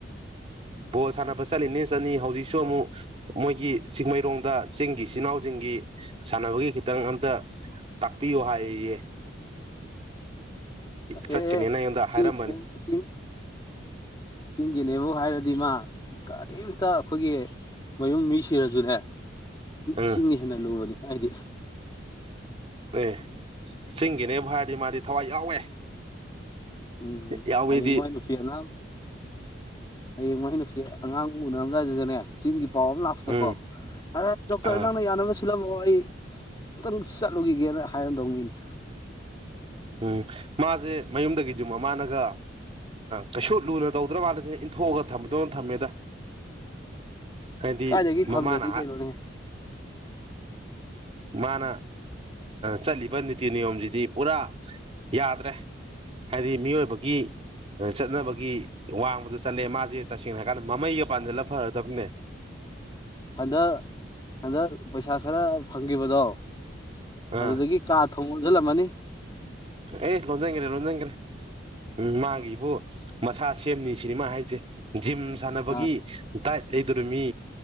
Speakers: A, on the right (about 30°); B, on the left (about 20°).
A: ꯕꯣꯜ ꯁꯥꯟꯅꯕ ꯆꯠꯂꯤꯅꯤꯅ ꯆꯠꯅꯤ ꯍꯧꯖꯤꯛꯁꯨ ꯑꯃꯨꯛ ꯃꯣꯏꯒꯤ ꯆꯤꯡꯃꯩꯔꯣꯡ ꯗ ꯆꯤꯡꯒꯤ ꯏꯆꯤꯜ ꯏꯅꯥꯎꯁꯤꯡꯒꯤ ꯁꯥꯟꯅꯕꯒꯤ ꯈꯤꯇꯪ ꯑꯝꯇ ꯇꯥꯛꯄꯤꯌꯨ ꯍꯥꯏꯌꯦ ꯌꯦ ꯆꯠꯀꯅꯤꯅ
B: ꯑꯦ ꯑꯦ
A: ꯑꯩꯉꯣꯟꯗ
B: ꯆꯤꯡꯁꯤꯅꯦ
A: ꯍꯥꯏꯔꯝꯕꯅꯤ
B: ꯆꯤꯡ ꯆꯤꯡꯒꯤꯅꯦꯕꯨ ꯍꯥꯏꯔꯗꯤ ꯃꯥ ꯀꯔꯤꯝꯇ ꯑꯈꯣꯏꯒꯤ ꯃꯌꯨꯝ ꯃꯤ ꯁꯤꯔꯖꯨꯅꯦ
A: ꯎꯝ
B: ꯆꯤꯡꯅ ꯍꯦꯟꯅ ꯂꯨꯕꯅꯤ ꯍꯥꯏꯗꯤ
A: ꯑꯦ ꯆꯤꯡꯒꯤꯅꯦꯕꯨ ꯍꯥꯏꯔꯗꯤ ꯃꯥꯗꯤ ꯊꯋꯥꯏ ꯌꯥꯎꯋꯦ
B: ꯎꯝ
A: ꯌꯥꯎꯋꯦꯗꯤ
B: ꯍꯌꯦꯡ ꯃꯥꯏ ꯅꯨꯄꯤ ꯑꯉꯥꯡ ꯍꯌꯦꯡ ꯃꯥꯏ ꯅꯨꯄꯤ ꯑꯉꯥꯡ ꯎꯅꯔꯝꯗꯥꯥꯏꯗꯒꯅꯦ ꯆꯤꯡꯒꯤ ꯄꯥꯎ ꯑꯃ ꯂꯥꯛꯄꯗꯀꯣ
A: ꯎꯝ
B: ꯑ ꯗꯣꯛꯇꯔ
A: ꯑꯥ
B: ꯅꯪꯅ ꯌꯥꯅꯕ ꯁꯤꯜꯂꯝꯃꯣ ꯑꯩ ꯑꯃꯨꯇꯪ ꯆꯠꯂꯨꯈꯤꯒꯦꯅ ꯍꯥꯏꯔꯝꯗꯧ ꯃꯤꯅꯤ
A: ꯎꯝ ꯃꯥꯁꯦ ꯃꯌꯨꯝꯗꯒꯤꯁꯨꯨꯝ ꯃꯃꯥꯅꯒ ꯀꯩꯁꯨ ꯂꯨꯅ ꯇꯧꯗ꯭ꯔ ꯃꯥꯜꯂꯦ ꯏꯟꯊꯣꯛꯑꯒ ꯊꯝꯗꯧꯅ ꯊꯝꯃꯦꯗ ꯍꯥꯏꯗꯤ
B: ꯀꯥꯏꯗꯒꯤ ꯊꯝꯗ꯭ꯔꯗꯤ
A: ꯃꯃꯥꯅ
B: ꯀꯩꯅꯣꯅꯦ
A: ꯃꯥꯅ ꯆꯠꯂꯤꯕ ꯅꯤꯇꯤ ꯅꯤꯌꯣꯝꯁꯤꯗꯤ ꯄꯨꯔꯥ ꯌꯥꯗ꯭ꯔꯦ ꯍꯥꯏꯗꯤ ꯃꯤꯑꯣꯏꯕ ꯒꯤ ꯆꯠꯅꯕꯒꯤ ꯋꯥꯡꯃꯗ ꯆꯠꯂꯦ ꯃꯥꯁꯦ ꯇꯁꯦꯡꯅ ꯍꯥꯏꯔꯀꯥꯟꯗ ꯃꯃꯩꯒ ꯄꯥꯟꯁꯤꯜꯂ ꯐꯔꯗꯕꯅꯦ
B: ꯍꯟꯗꯛ ꯍꯟꯗꯛ ꯄꯩꯁꯥ ꯈꯔ ꯐꯪꯒꯤꯕꯗꯣ
A: ꯑꯥ
B: ꯑꯗꯨꯗꯒꯤ ꯀꯥ ꯊꯣꯡ ꯂꯣꯟꯖꯜꯂꯝꯃꯅꯤ
A: ꯑꯦ ꯂꯣꯟꯖꯟꯈ꯭ꯔꯦ ꯂꯣꯟꯁꯤꯟꯈ꯭ꯔꯦ ꯎ ꯃꯥꯒꯤꯕꯨ ꯃꯁꯥ ꯁꯦꯝꯅꯤ ꯁꯤꯅꯦꯃꯥ ꯍꯥꯏꯁꯦ ꯖꯤꯝ ꯁꯥꯟꯅꯕꯒꯤ
B: ꯑꯥ
A: ꯗꯥꯏꯠ ꯂꯩꯗꯣꯔꯤꯃꯤ